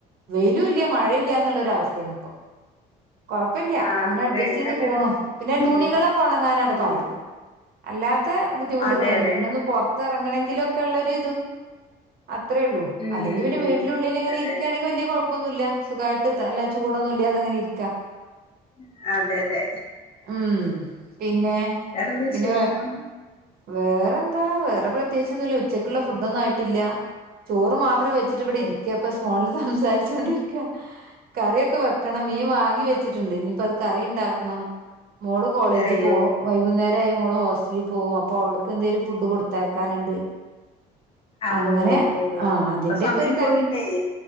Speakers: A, on the right; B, on the left.
A: വെയിലു ഇല്ല മഴയില്ല എന്നുള്ളൊ ഒരു അവസ്ഥയാണ് ഇപ്പൊ കൊഴപ്പില്ല
B: ആഹ്
A: അങ്ങനെ
B: അതെ
A: അഡ്ജസ്റ്റ്
B: ഇവിടെ
A: ചെയ്ത്
B: അങ്ങനെ
A: പോണു
B: തന്നെ
A: പിന്നെ തുണികളൊക്കെ
B: ഉം
A: ഉണങ്ങാനാണ് പാട്
B: ഉം
A: അല്ലാത്ത ബുദ്ധിമുട്ടുകളൊന്നുമില്ല
B: അതെ അതെ
A: പിന്നെ ഒന്ന് പുറത്ത് ഇറങ്ങണെങ്കിലും ഒക്കെ ഉള്ളൊരു ഇതും അത്രേ ഉള്ളൂ
B: ഉം
A: അല്ലെങ്കിൽ പിന്ന വീട്ടിലുള്ളിൽ ഇങ്ങനെ
B: അതെ
A: ഇരിക്കുകയാണെങ്കിൽ
B: അതെ
A: വല ഉപ്പൊന്നുമ ഇല്ല സുഖമായിട്ട് അല്ല ചൂടൊന്നും ഇല്ല അത അങ്ങനെ ഇരിക്കാ
B: ഉം <unintelligible> അതെ അതെ
A: ഉം പിന്നെ
B: വേറെന്ത് വിശേഷം
A: പിന്നെ വേ വേറെന്താ വേറെ പ്രത്യേകിച്ച ഒന്നുമല്ല ഉച്ചക്കുള്ള
B: ഉം
A: ഫുഡ ഒന്നും ആയിട്ടില്ല ചോറ് മാത്ര വെച്ചിട്ട് ഇവിടെ
B: ഓ
A: ഇരിക്ക ഫോണിൽ സംസാരിച്ചു കൊണ്ട് ഇരിക്കാ കറിയൊക്കെ വെക്കണം മിൻവ വെച്ചിട്ടുണ്ട് എനിക്കറി ഉണ്ടാക്കണം മോള് കോളേജിൽ
B: അയ്യോ
A: പോകും വൈകുന്നേര മ്മള് ഹോസ്റ്റലിൽ പോകും അപ്പൊ അവൾക്ക് എന്തേലും ഫുഡ് കൊടുത്തേക്കാനുണ്ട്
B: ആഹ്
A: അങ്ങനെ
B: ഓ
A: ആ അതിന്റെ
B: ഇപ്പൊ സമയം
A: ഒക്കെ ഒരു തെര
B: പോയില്ലേ